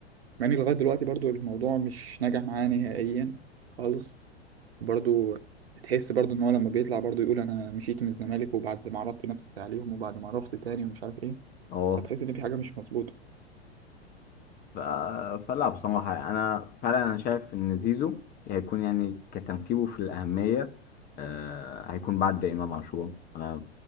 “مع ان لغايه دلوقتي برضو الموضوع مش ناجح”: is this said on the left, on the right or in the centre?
Right